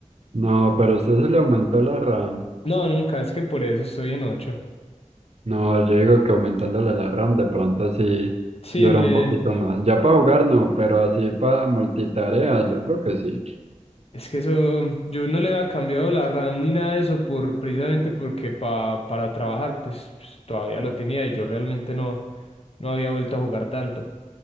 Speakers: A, on the right; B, on the left.
A: No, pero usted se le aumentó la RAM.
B: No, nunca, es que por eso estoy en 8.
A: No, yo digo que aumentándole la RAM de pronto sí
B: Sí,
A: dura
B: le-
A: un poquito más. Ya para jugar no, pero así para multitarea yo creo que sí.
B: es que eso, yo no le había cambiado la RAM ni nada de eso por, precisamente porque pa- para trabajar pues, pues, todavía lo tenía y yo realmente no, no había vuelto a jugar tanto.